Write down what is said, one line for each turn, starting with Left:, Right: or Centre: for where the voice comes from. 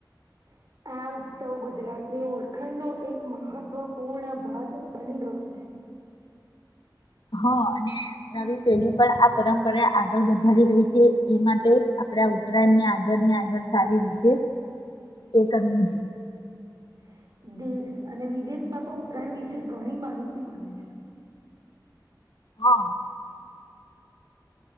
Right: <inaudible> આ ઉત્સવ ગુજરાતની ઓળખણનો, એક મહત્વપૂર્ણ ભાગ, બની ગયો છે.
Left: હ અને નવી, પેઢી પણ આ પરંપરા આગળ વધારી રહી, તે એ માટે. પડા ઉત્તરાયણની આદર ની આદર સારી, રીતે એ કર્યું છે.
Right: <inaudible> દેશ અને વિદેશમાં પણ ઉત્તરાયણ વિશે, ઘણી માહિતી મળી છે.
Left: હા,